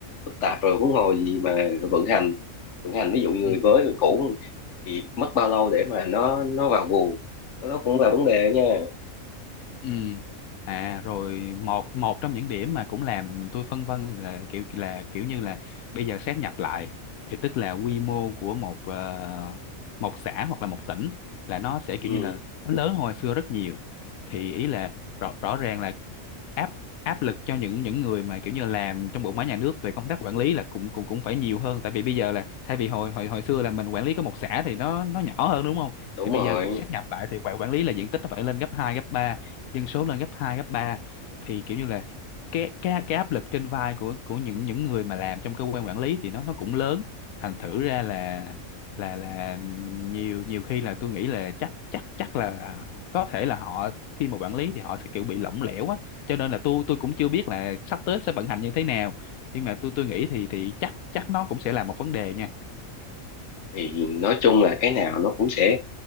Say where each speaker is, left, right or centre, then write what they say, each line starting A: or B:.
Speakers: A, on the left; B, on the left.
A: phức tạp rồi huống hồ gì mà vận hành vận hành ví dụ như
B: ừ
A: người mới người cũ thì mất bao lâu để mà nó nó vào guồng đó đó cũng là vấn đề nha
B: Ừ. À rồi một một trong những điểm mà cũng làm tôi phân vân là kiểu là kiểu như là bây giờ xét nhập lại thì tức là quy mô của một ờ, một xã hoặc là một tỉnh là nó sẽ kiểu
A: ừ,
B: như là nó lớn hơn hồi xưa rất nhiều thì ý là rõ, rõ ràng là áp áp lực cho những những người mà kiểu như làm trong bộ máy nhà nước về công tác quản lý là cũng cũng cũng phải nhiều hơn tại vì bây giờ là thay vì hồi hồi hồi xưa là mình quản lý có một xã thì nó nó nhỏ hơn đúng không
A: đúng
B: thì bây
A: rồi
B: giờ xét nhập lại thì quản quản lý là diện tích nó phải lên gấp 2 gấp ba dân số lên gấp 2 gấp ba thì kiểu như là cái cái cái áp lực trên vai của của những những người mà làm trong cơ quan quản lý thì nó nó cũng lớn thành thử ra là là là nhiều nhiều khi là tôi nghĩ là chắc chắc chắc là có thể là họ khi mà quản lý thì họ sẽ kiểu bị lỏng lẻo á cho nên là tôi tôi cũng chưa biết là sắp tới sẽ vận hành như thế nào nhưng mà tôi tôi nghĩ thì thì chắc chắc nó cũng sẽ là một vấn đề nha
A: thì nói chung là cái nào nó cũng sẽ